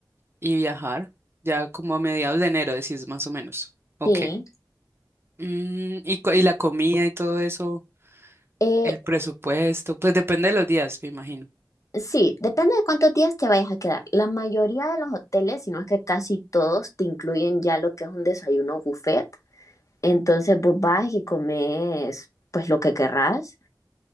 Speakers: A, on the right (about 30°); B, on the left (about 45°).
A: y viajar ya como a mediados de enero, decís más o menos. Ok.
B: Sí.
A: Mm, y, cu- y la comida y todo eso,
B: Eh,
A: el presupuesto, pues depende de los días, me imagino.
B: Sí, depende de cuántos días te vayas a quedar. La mayoría de los hoteles, si no es que casi todos, te incluyen ya lo que es un desayuno buffet. Entonces vos vas y comes pues lo que querrás.